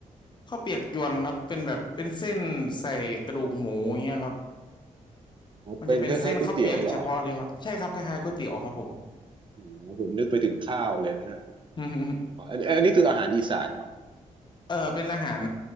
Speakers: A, on the left; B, on the right.
A: ข้าวเปียกยวนครับเป็นแบบเป็นเส้นใส่กระดูกหมูอย่างเงี้ยครับ
B: อ๋อเป็นคล้ายๆก๋วยเตี๋ยวเหรอ
A: มันจะเป็นเส้นข้าวเปียกเฉพาะเลยครับใช่ครับคล้ายๆก๋วยเตี๋ยวครับผม
B: อ๋อผมนึกไปถึงข้าวเลยนะเนี่ย
A: <laughs>
B: อันอันนี้คืออาหารอีสานเหรอ
A: เออเป็นอาหาร